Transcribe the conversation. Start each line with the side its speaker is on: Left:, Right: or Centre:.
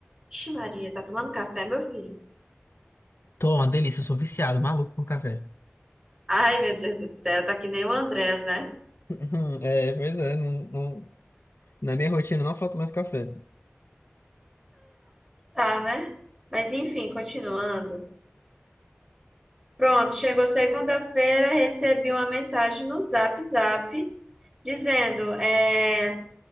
Right: Ixi, Maria, tá tomando café, meu filho?
Left: Tô, uma delícia, eu sou viciado, maluco por café. <laughs>
Right: Ai, meu Deus do céu, tá que nem o Andrés, né?
Left: Uhum, É, pois é, não, não- na minha rotina não falta mais café.
Right: Tá, né? Mas enfim, continuando. Pronto, chegou segunda-feira, recebi uma mensagem no Zap Zap dizendo, é,